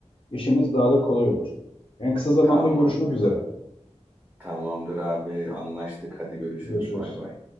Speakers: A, on the left; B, on the right.
A: işimiz daha da kolay olur. En kısa zamanda
B: Tamam.
A: görüşmek üzere.
B: Tamamdır abi. Anlaştık. Hadi görüşürüz.
A: Görüşürüz.
B: Bay bay.